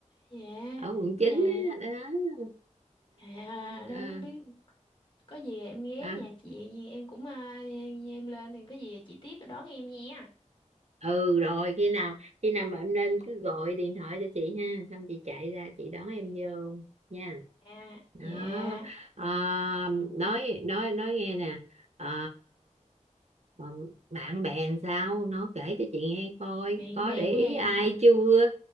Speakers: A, on the left; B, on the right.
A: dạ
B: ở quận
A: nhà
B: Chín á đó à,
A: à, đó
B: à,
A: không biết có gì em ghé
B: à.
A: nhà chị em cũng à, em lên thì có gì chị tiếp đón em nha
B: ừ rồi khi nào khi nào mà em lên cứ gọi điện thoại cho chị ha xong chị chạy ra chị đón em vô nha
A: à
B: đó
A: dạ
B: à, nói nói nói nghe nè à, ờ, bạn bè làm sao nó kể cho chị nghe coi
A: bạn
B: có
A: bè
B: để
A: của
B: ý
A: em
B: ai
A: ha
B: chưa